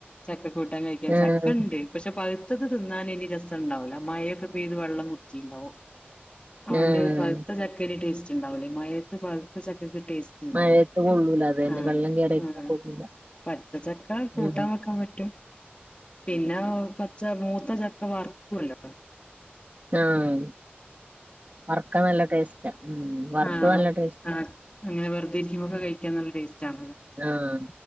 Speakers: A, on the left (about 30°); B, on the right (about 45°).
A: ചക്കക്കൂട്ടാൻ കഴി ക്കാൻ
B: ആഹ്
A: ചക്കണ്ട് പക്ഷെ പഴ് പഴുത്തത് തിന്നാനിനി രസംണ്ടാവൂല മയയൊക്കെ പെയ്ത് വെള്ളം കുടിച്ചീണ്ടാവും അഓണ്ട്
B: ആഹ്
A: പഴുത്ത ചക്കേനി ടേസ്റ്റ് ഇണ്ടാവൂല ഈ മയേത്ത് പഴുത്ത ചക്ക് ഇത് ടേസ്റ്റ് ഇണ്ടാവൂല,
B: മഴയത്ത് കൊള്ളൂല അത് തന്നെ
A: ആഹ്
B: വെള്ളം കേറിയിട്ടൊന്നും
A: ഉം
B: കൊള്ളൂല
A: പച്ചച്ചക്ക കൂട്ടാൻ
B: ആഹ്
A: വെക്കാൻ പറ്റും. പിന്നെ ഓ പച്ച മൂത്തച്ചക്ക വറുക്കുവല്ലോ.
B: ആഹ് വറക്കാൻ നല്ല ടേസ്റ്റാ ഉം വറുത്തു
A: ആഹ്
B: നല്ല ടേസ്റ്റാ.
A: ആഹ് അങ്ങനെ വെറുതേയിരിക്കുമ്പൊക്കെ കഴിക്കാൻ നല്ല ടേസ് റ്റാ ആണല്ലോ
B: ആഹ്